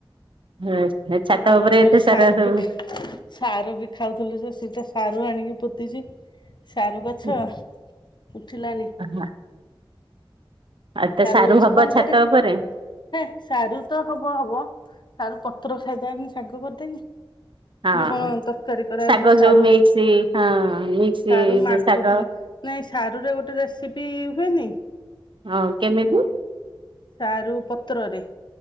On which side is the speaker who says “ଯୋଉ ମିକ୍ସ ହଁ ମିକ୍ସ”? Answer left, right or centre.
Right